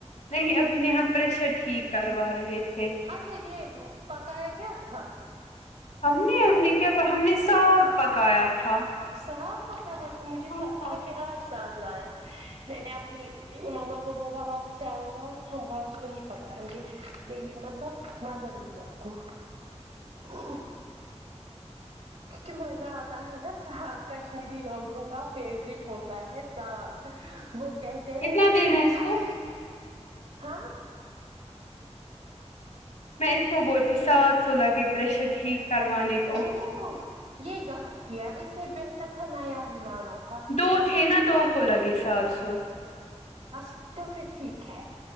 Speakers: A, on the left (about 80°); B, on the right (about 80°).
A: نہیں ابھی نہیں ہم پریشر ٹھیک کروا رہے تھے
B: اچھا یہ پکایا کیا تھا
A: ہم نے ہم نے کیا ہم نے ساگ پکایا تھا
B: صاف پکایا تھا مجھےا
A: ہاں
B: ہم نے آج ساگ لایا میں نے اپنی ماما کو بولا آپ ساگ لاؤ ہم آج وہی پکائیں گے میںیری مطلب مدروں گی آپ کو
A: <inaudible>
B: ہ کک مز آتا آ نس سگ کشمیری لوگوں کا فیوروریٹ ہوتا ہے ساگ وہ کہ کہس
A: کتنا دینا ہے اس کو
B: ہاں
A: میں اس کو بوچی سات سو لگے پریشر ٹھیک کروانے کو
B: او یہ غلط کیا اسے بہتر تھا نیا ہی لانا تھا
A: دو تھے نہا دو کولا گے سات سو
B: اچھا توفھر ٹھیک ہے